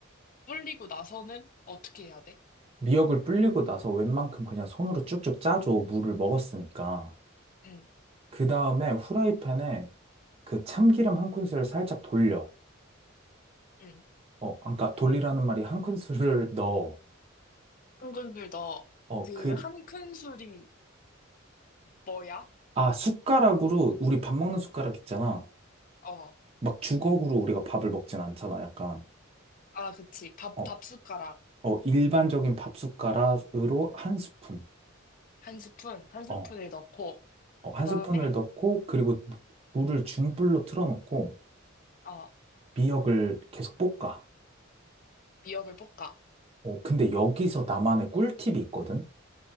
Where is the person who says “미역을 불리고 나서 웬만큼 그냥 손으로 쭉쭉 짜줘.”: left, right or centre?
Right